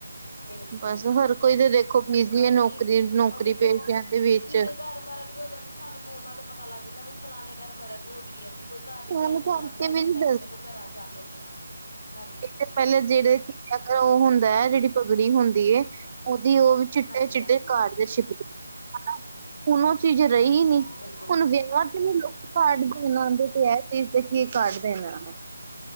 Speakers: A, on the left (about 75°); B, on the right (about 35°).
A: ਬਿਲਕੁਲ
B: ਬਸ
A: ਜੀ, ਬਿਲਕੁਲ
B: ਹਰ ਕੋਈ ਤੇ ਦੇਖੋ ਬਿਜੀ
A: ਬਸ
B: ਹੈ ਨੌਕਰੀ
A: ਜੀ
B: ਨੌਕਰੀ
A: ਹੁਣ ਦੇਖੋ
B: ਪੇਸ਼ਿਆਂ ਦੇ ਵਿੱਚ
A: ਕਿਸਦੇ ਘਰ। ਮਰਗ ਵੀ ਹੋ ਜਾਂਦੀ ਸਾਨੂੰ ਫੋਨਾ ਤੇ ਪਤਾ ਲੱਗ ਜਾਂਦਾ ਵੀ ਫਲਾਣੇ ਘਰ ਮਰਗ ਹੋ ਗਈ ਹੈ ਜੀ। ਕੋਈ ਘਰ ਵੀ
B: ਫੋਨ
A: ਕਹਿਣ ਨੀ
B: ਕਰਕੇ
A: ਆਉਂਦਾ, ਪਹਿਲੇ
B: ਵੀ ਨੀ
A: ਟਾਈਮ ਚ ਵੇਖੋ ਘਰਾਂ 'ਚ ਆਉਂਦੇ ਸੀ, ਹਾਂਜੀ।
B: ਇਸ ਪਹਿਲਾਂ ਜਿਹੜੇ ਉਹ ਹੁੰਦਾ ਹੈ, ਜਿਹੜੀ ਪਗੜੀ ਹੁੰਦੀ। ਉਹਦੀ ਉਹ ਚਿੱਟੇ-ਚਿੱਟੇ
A: ਹਾਂਜੀ ਹਾਂਜੀ
B: ਕਟਦੇ ਛਿਪਦੇ ਹਨਾ ਹੁਣ ਉਹ। ਚੀਜ਼ ਰਹੀਂ
A: ਹਾਂਜੀ
B: ਨੀਂ।
A: ਹਾਂਜੀ ਬਿਲਕੁਲ ਜੀ
B: ਹੁਣ ਵਿਆਹਾ ਤੇ ਵੀ ਲੋਕ ਕਾਡ
A: ਹਾਂਜੀ
B: ਦੇਣ ਆ ਦੇ ਤੇ ਹੈ, ਦੇਖਦੇ ਕੀ ਕਾਡ ਦੇਣਾ ਹੈ।